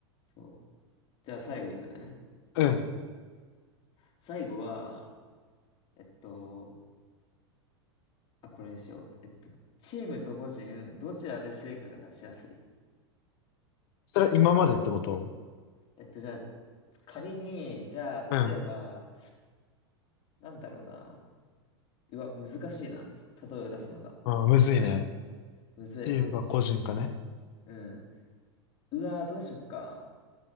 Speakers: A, on the left (about 40°); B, on the left (about 60°).
A: そう。じゃあ最後いくね。
B: うん。
A: 最後は、えっと、あ、これにしよう。えっと、チームと個人、どちらで成果が出しやすい
B: それは今までってこと
A: えっと、じゃあ、仮に、じゃあ、
B: うん。
A: 例えば、なんだろうな。うわ、難しいな。例えを出すのが。
B: あーむずいね。
A: むずい。
B: チームか個人かね。
A: うん。うわ、どうしよっか。